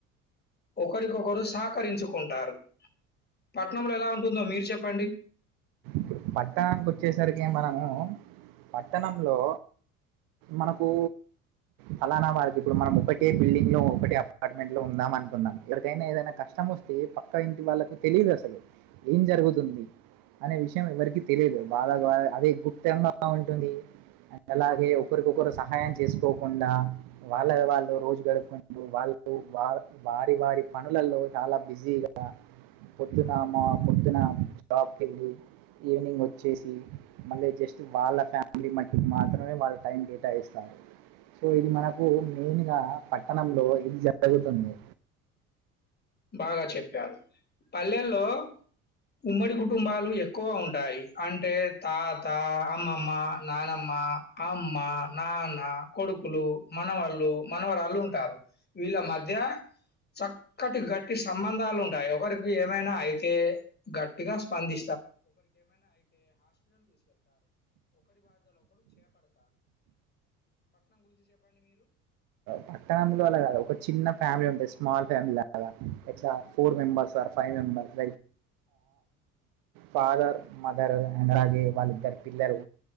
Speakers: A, on the left (about 25°); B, on the right (about 50°).
A: ఒకరికొకరు సహకరించుకుంటారు పట్ణంలో ఎలా ఉంటుందో మీరు చెప్పండి
B: ఇప్పుడు పట్టణానికి వచ్చేసరికి మనము పట్టణంలో మనకు ఫలానా వాారిదు ఇప్పుడు మనం ఒకటే బిల్డింగ్ లో ఒకటే అపార్ట్మెంట్ లో పట్టణానికి వచ్చేసరికి మనము పట్టణములో మనము పలానా వారికి ఇప్పుడు మనము ఒక కేజీలు అపార్ట్మెంట్లో ఉందాం అనుకుందాం ఇక్కడికైనా ఏదైనా కష్టం వస్తే పక్క ఇంటి వాళ్ళకు తెలియదు అసలు ఏం జరుగుతుంది అనే విష విష ఎవరికి తెలియదు వాళ్ళ అదే గుప్తంగా ఉంటుంది అ అలాగే ఒకరికొకరు సహాయం ఎవరికి తెలియదు అండ్ అలాగే ఒకరికి ఒకరు సహాయం చేసుకోకుండా వాళ్ళ వాళ్ళు రోజు గడుపుకుంటూ వాళ్ళు వారి వారి పనులలో చాలా బిజీగా పొద్దున పొద్దున జాబ్కిళ్ళి ఈవినింగ్ వచ్చేసి మళ్ళీ జస్ట్ వాళ్ళ ఫ్యామిలీ ఈవినింగ్ వచ్చేసి మల్ల జస్ట్ వాళ్ళ పనుల్లో మట్టికి మాత్రమే వాళ్ళ టైం కేటాయిస్తారు సో ఇది మనకు మెయిన్గా పట్టణంలో ఇది జరుగుతుంది
A: బాగా చెప్పారు పల్లెల్లో ఉమ్మడి కుటుంబాలు ఎక్కువ ఉంటాయి అంటే తా అమ్మమ్మ నానమ్మ అమ్మ నాన్న కొడుకులు మనవాళ్ళు మనవరాళ్ళు ఉంటారు వీళ్ళ మధ్య చ ఒకటి గట్టి సంబంధాలు ఉంటాయి ఒకరికి ఏమైనా అయితే గట్టిగా స్పంది
B: పట్టణ కా ఒక చిన్న ఫ్యామిలీ ఉంటాయి స్మాల్ ఫ్యామిలీ లాగా ఇట్లా ఫోర్ మెంబర్స్ ఆ five members father mother and అలాగే వాళ్ళిద్దరు పిల్లలు